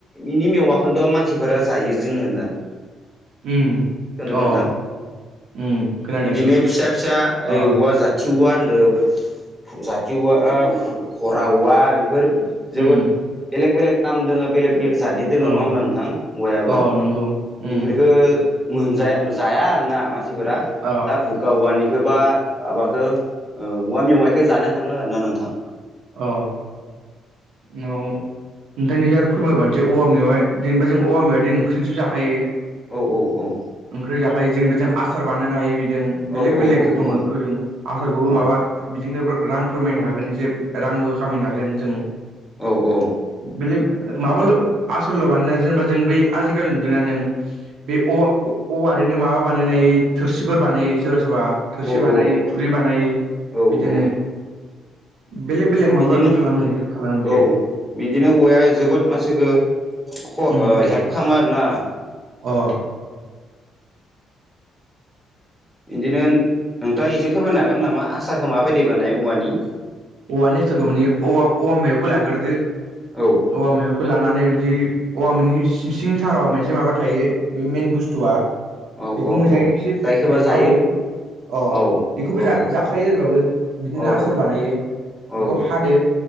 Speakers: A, in the centre; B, on the right.
A: बिनि मेवाखौथ' मानसिफोरा जायो जोङो दा
B: उम
A: <unintelligible> नोंथां
B: अ उम खोनादों
A: बिदिनो
B: बे
A: फिसा फिसा औवा
B: अ
A: जा थिवा होनदों जाथिवा फरावा बेफोर जोबोद
B: उम
A: बेलेग बेलेग नाम दङो बेलेग बेलेग जादनि दोङो
B: अ
A: नङा होमबा नोंथां औवायाबो
B: अ नंगौ
A: बेफोरखो
B: उम
A: मोनजाया जाया आरोना मानसिफोरा
B: अ
A: दा भुखाा औवानिखौ बा माबाखौ औ औवा मेवाइखौ जानो थाङो आरोना नोंथां
B: औ न <unintelligible> आरो फोरमायबानोसै औवा मेवआ जेनेबा जों औवा मिवखौ ओंख्रिसो जाखायो।
A: औ औ औ
B: ओंख्रि जाखायो जों बेजों आसार बानायो हायो बिजों बेलेग
A: औ औ
B: बेलेग
A: औ
B: रोखोम
A: औ
B: जों आसारखौबो
A: औ
B: माबा बिदिनो रां फोरमायनो हागोन एसे रांबो खामायनो हागोन जों
A: औ औ
B: बेलेग माबाल' आसल' मानोना जेनेबा जों ब आजिखालिदोंना नों बे औ-औवाजोंनो माबा बानायनाय थोरसिफोर बानायो। सोरबा सोरबा थोरसि
A: औ
B: बानायो खुरै बानायो
A: औ
B: बिदिनो
A: औ
B: बेलेक बेलेग माबा
A: बिदिनो
B: खालामो हेल्प खालामो
A: औ
B: बे
A: बिदिनो औवाया जोबोद मानसिखो ख
B: उम
A: हेल्प खालामो आरोना
B: अ
A: बिदिनो नोंथाङा एसे फोरमायनो हागोन नामा आसारखौ माबायदि बानायनाय औवानि
B: औवानि आसारखौ मोने औ औवा मैवाखौ लाग्रोदो
A: औ
B: औवा मेवाखौ लानानै बिदि औवा मोननि सिं सिं थाराव मोनसे माबा थायो बे मेन बुस्थुआ
A: औ
B: बेखौ मोजाङै
A: औ
B: एसे
A: जायखौबा
B: हादो
A: जायो
B: अ
A: औ
B: बेखौबो
A: औ
B: जा-जाखायो ओरैबाबो बिदिनो
A: औ
B: आसार बानायो।
A: औ
B: बेखौ हादो